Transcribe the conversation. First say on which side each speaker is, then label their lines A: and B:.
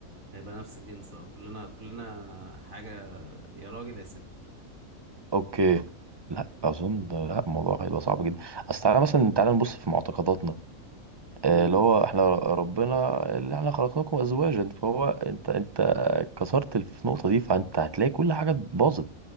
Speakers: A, on the right; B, on the right.
A: هيبقى نفس الجنس اه كلنا كلنا حاجة يا راجل يا ست
B: اوكي لا اظن لا الموضوع هيبقى صعب جدا اصل تعالى مثلا تعالى نبص في معتقداتنا آه،
A: امم
B: اللي هو احنا ربنا اللي احنا خلقناكم ازواجا فهو انت انت كسرت في النقطه دي فانت هتلاقي كل حاجه باظت